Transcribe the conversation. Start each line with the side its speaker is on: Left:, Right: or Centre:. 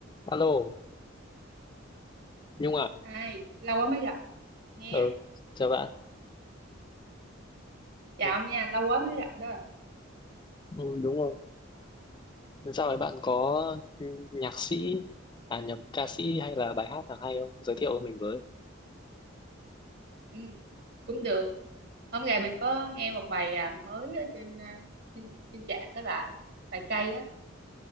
Left: Alo, Nhung à?
Right: ai lâu quá mới gặp nghe
Left: Ừ, chào bạn.
Right: chào
Left: Ừ,
Right: nha lâu quá mới gặp đó
Left: ừ, đúng rồi. Sao ấy bạn có ừ, nhạc sĩ, à nhầm, ca sĩ hay là bài hát nào hay không? Giới thiệu mình với.
Right: ừ, cũng được hôm nay mình có nghe một bài à, mới ở trên à, trên, trên chat đó là bài cay á